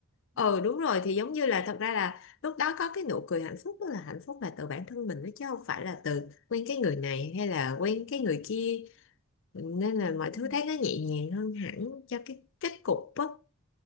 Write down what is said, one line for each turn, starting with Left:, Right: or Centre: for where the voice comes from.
Left: ờ
Right: ừ
Left: đúng rồi thì giống như là thật ra là lúc đó có cái nụ cười hạnh phúc tức là hạnh phúc là từ bản thân mình đó chứ không phải là từ quen cái người này hay là quen cái người kia nên
Right: ừ
Left: là mọi thứ
Right: ừ.
Left: thấy nó nhẹ nhàng hơn hẳn cho cái kết cục á